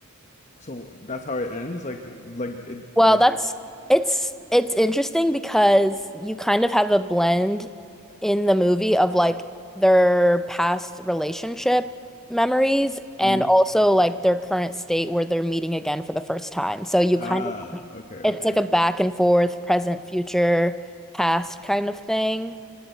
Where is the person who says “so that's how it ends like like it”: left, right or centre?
Left